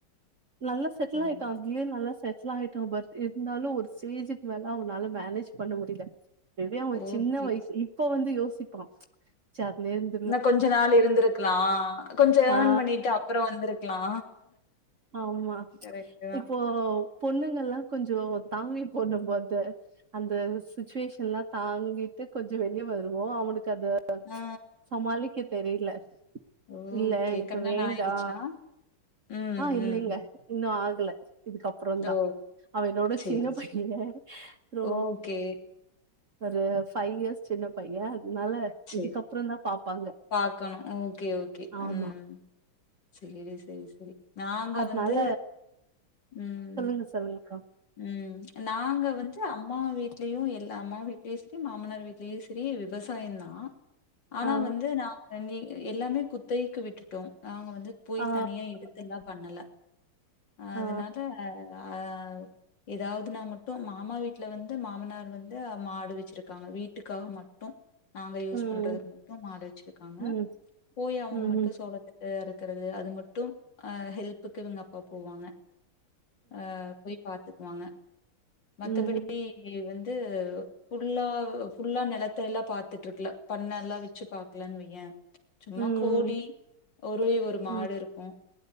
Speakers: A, on the right; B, on the left.
A: நல்லா செட்டில்
B: ஓ
A: ஆயிட்டா ஏ நல்லா செட்டில் ஆயிட்டா பாரு இருந்தாலு ஒரு ஸ்டேஜுக்கு மேல அவனால மேனேஜ் பண்ண முடியல <unintelligible>
B: ஓகே.
A: சின்ன வயசு இப்ப வந்து யோசிப்பான் <unintelligible>
B: இன்னு கொஞ்ச நாள் இருந்திருக்கலா கொஞ்சோ ஏர்ன்
A: ஆ
B: பண்ணிட்டு அப்றோ வந்திருக்கலா
A: ஆமா
B: கரெக்ட்டு தா
A: இப்போ பொண்ணுங்கல்லாம் கொஞ்சோ தாங்கி <unintelligible> அந்த சுச்சுவேஷன் ல்லாம் தாங்கிட்டு கொஞ்சோ வெளியே வருவோ அவனுக்கு அது
B: ஆ
A: சமாளிக்க தெரியல
B: ஓகே
A: இல்ல எனக்கு
B: கல்யாணோ
A: வேண்டா
B: ஆயிடுச்சா? ம்
A: அ இல்லைங்க
B: ம்
A: இன்னு ஆகல இதுக்கப்பறோ தா
B: ஓ
A: அவனோட
B: சேரி
A: சின்ன பையங்க
B: சே
A: ரோ
B: ஓகே
A: ஒரு ஃபைவ் இயர்ஸ் சின்ன பைய அதனால
B: சேரி
A: இதுக்கப்பற தா பாப்பாங்க
B: பாக்கணு ஓகே ஓகே
A: ஆமா
B: ம் சேரி சேரி சேரி நாங்க
A: அதனால
B: வந்து ம்
A: சொல்லுங்ககா
B: ம் நாங்க வந்து அம்மா வீட்லயு எல்லா அம்மா வீட்லயு சரி மாமனார் வீட்லயு சரி விவசாய தான் ஆனா
A: ஆ
B: வந்து நா நீ எல்லாமே குத்தைக்கு விட்டுட்டோ நாங்க வந்து போய்
A: ஆ
B: தனியா எடுத்து எடுத்து எல்லா பண்ணல அதனால
A: ஆ
B: அ ஏதாவதுனா மட்டு மாமா வீட்டுல வந்து மாமனார் வந்து மாடு வச்சிருக்காங்க வீட்டுக்காக மட்டு நாங்க யூஸ்
A: ம்
B: பண்றது மட்டு மாடு வச்சிருக்காங்க
A: ம்
B: போய் அவங்கட்ட
A: ம் ம்
B: சொல்லு கட்டு அறுக்கிறது அது மட்டு அ ஹெல்ப்புக்கு இவங்க அப்பா போவாங்க அ போய் பாத்துக்குவாங்க மத்தபடி
A: ம்
B: வந்து ஃபுல்லா ஃபுல்லா நிலத்த எல்லா பாத்துட்டு இருக்கல பண்ண எல்லா வச்சு பாக்கலனு வையே சும்மா
A: ம்
B: கோழி ஒரே ஒரு மாடு
A: ம்
B: இருக்கு